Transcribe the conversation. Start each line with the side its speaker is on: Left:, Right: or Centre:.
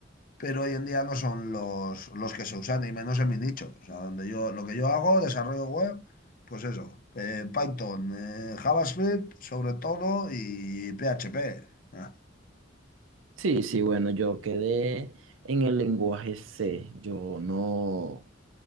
Left: pero hoy en día no son los, los que se usan, y menos en mi nicho. O sea, donde yo, lo que yo hago, desarrollo web, pues eso, eh, Python, eh, JavaScript sobre todo y PHP. Ah.
Right: Sí, sí, bueno, yo quedé en el lenguaje C, yo no,